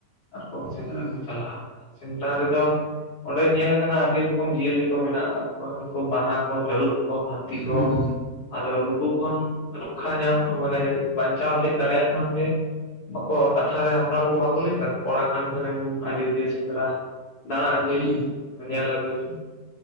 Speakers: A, on the left (about 65°); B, on the right (about 70°).
A: ᱟᱨ ᱠᱚ ᱥᱮᱸᱫᱽᱨᱟ
B: ᱦᱩᱸ
A: ᱠᱚ ᱪᱟᱞᱟᱜᱼᱟ ᱾ᱥᱮᱸᱫᱽᱨᱟ ᱨᱮᱫᱚ ᱚᱸᱰᱮ ᱧᱮᱞ ᱟᱠᱟᱱᱟ ᱟᱹᱰᱤ ᱨᱚᱠᱚᱢ ᱡᱤᱭᱟᱹᱞᱤ ᱠᱚ ᱢᱮᱱᱟᱜ ᱟᱠᱟᱫ ᱠᱚᱣᱟ᱾ᱩᱱᱠᱩ ᱵᱟᱱᱟ ᱠᱚ, ᱛᱟᱹᱨᱩᱵ ᱠᱚ, ᱦᱟᱹᱛᱤ ᱠᱚ,
B: ᱦᱩᱸ
A: ᱟᱫᱚ ᱱᱩᱠᱩ ᱠᱷᱚᱱ ᱨᱚᱠᱠᱷᱟ ᱧᱟᱢ ᱢᱟᱱᱮ ᱵᱟᱧᱪᱟᱣ ᱦᱮᱡ ᱫᱟᱲᱮᱭᱟᱜ ᱠᱷᱟᱱ ᱜᱮ, ᱵᱟᱠᱚ ᱠᱟᱛᱷᱟ ᱨᱮ ᱦᱟᱯᱲᱟᱢ ᱠᱚ ᱵᱟᱠᱚ ᱞᱟᱹᱭ ᱠᱮᱫᱟ, ᱠᱚᱲᱟ ᱠᱟᱱ ᱠᱷᱟᱱᱮᱢ ᱟᱡᱚᱫᱤᱭᱟᱹ ᱥᱮᱸᱫᱽᱨᱟ ᱫᱟᱬᱟ ᱟᱹᱜᱩᱭ
B: ᱦᱩᱸ
A: ᱢᱮ ᱧᱮᱞ ᱟᱹᱜᱩᱭ ᱢᱮ